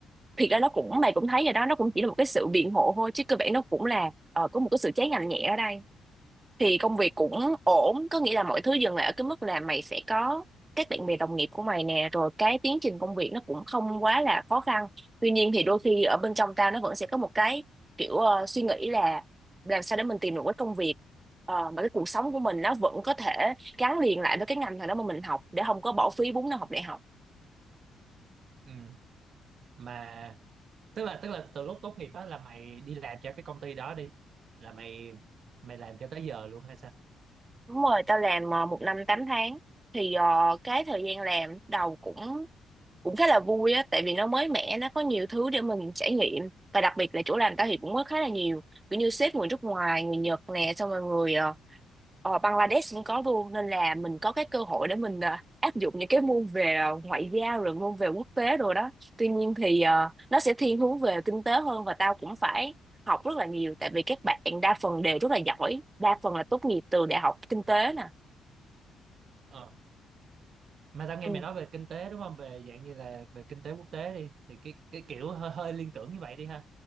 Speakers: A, on the right; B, on the right.
A: thiệt ra nó cũng mày cũng thấy rồi đó nó cũng chỉ là một cái sự biện hộ thôi chứ cơ bản nó cũng là ờ, có một cái sự trái ngành nhẹ ở đây thì công việc cũng ổn có nghĩa là mọi thứ dừng lại ở cái mức là mày sẽ có các bạn bè đồng nghiệp của mày nè rồi cái tiến trình công việc nó cũng không quá là khó khăn tuy nhiên thì đôi khi ở bên trong ta nó vẫn sẽ có một cái kiểu ờ, suy nghĩ là làm sao để mình tìm được cái công việc ờ, mà cái cuộc sống của mình nó vẫn có thể gắn liền lại với cái ngành thằng đó mà mình học để không có bỏ phí 4 năm học đại học
B: ừ. mà tức là tức là từ lúc tốt nghiệp á là mày đi làm cho cái công ty đó đi là mày mày làm cho tới giờ luôn hay
A: đúng rồi tao làm ờ, một năm tám tháng thì ờ, cái thời gian làm đầu cũng cũng khá là vui á tại vì nó mới mẻ nó có nhiều thứ để mình trải nghiệm và đặc biệt là chỗ làm tao thì cũng có khá là nhiều kiểu như sếp người nước ngoài người Nhật nè xong rồi người ờ, ờ, Bangladesh cũng có luôn nên là mình có cái cơ hội để mình ờ, áp dụng những cái môn về ờ, ngoại giao rồi môn về quốc tế rồi đó tuy nhiên thì ờ, nó sẽ thiên hướng về kinh tế hơn và tao cũng phải học rất là nhiều tại vì các bạn đa phần đều rất là giỏi đa phần là tốt nghiệp từ đại học kinh tế nè
B: sao mà tao nghe
A: ừ.
B: mày nói về kinh tế đúng không về dạng như là về kinh tế quốc tế đi thì cái cái kiểu hơi, hơi liên tưởng như vậy đi ha